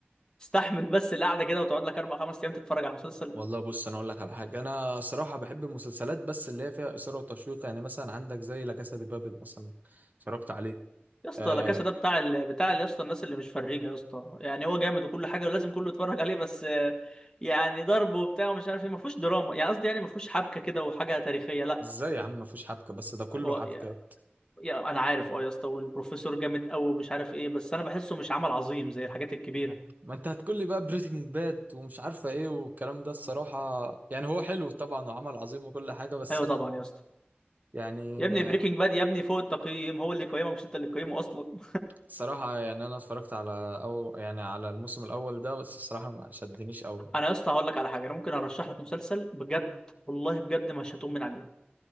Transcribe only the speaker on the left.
تستحمل بس القعده كده وتقعد لك اربع خمس ايام تتفرج على مسلسل
يا اسطى
لا كاسا ده بتاع ال... بتاع يا اسطى الناس اللي مش فريجه يا اسطى يعني هو جامد وكل حاجه ولازم كله يتفرج عليه بس آه، يعني ضرب وبتاع ومش عارف ايه ما فيهوش دراما يعني قصدي يعني ما فيهوش حبكه كده وحاجه تاريخيه لا
هو
يا... يا... انا عارف اه يا اسطى والبروفيسور جامد قوي ومش عارف ايه بس انا بحسه مش عمل عظيم زي الحاجات الكبيره
ايوه
طبعا يا اسطى
يا
ابني بريكنج باد يا ابني فوق التقييم هو اللي قيمه مش انت اللي قيمه اصلا <laughs>
انا يا اسطى هقول لك على حاجه انا ممكن ارشح لك مسلسل بجد والله بجد مش هتقوم من عليه